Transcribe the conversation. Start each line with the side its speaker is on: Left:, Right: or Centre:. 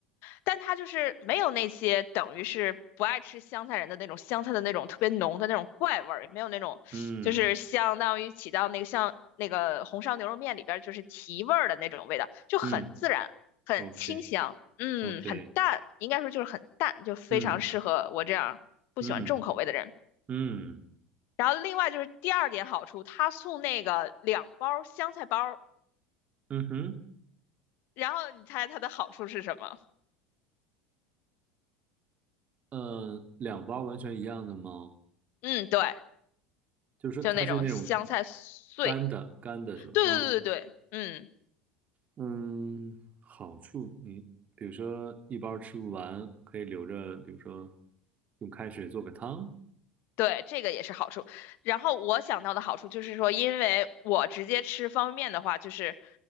Left: 但它就是没有那些等于是不爱吃香菜人的那种香菜的那种特别浓的那种怪味儿，也没有那种就是相当于起到那个像那个红烧牛肉面里边就是提味儿的那种味道，
Right: 嗯
Left: 就很自然，
Right: 嗯
Left: 很清香，
Right: ，OK
Left: 嗯，
Right: OK，
Left: 很淡，应该说就是很淡，就非常适合我这样不喜欢重口味的人。
Right: 嗯嗯嗯。
Left: 然后另外就是第二点好处，他送那个两包香菜包
Right: 嗯哼，
Left: 然后你猜它的好处是什么？
Right: 呃，两包完全一样的吗？
Left: 嗯，对，
Right: 就是它是那种
Left: 就那种香菜碎。
Right: 干的，干的是吧？
Left: 对对对对对，
Right: 啊，
Left: 嗯，
Right: 嗯，好处你比如说一包吃不完，可以留着，比如说用开水做个汤。
Left: 对，这个也是好处。然后我想到的好处就是说，因为我直接吃方便面的话，就是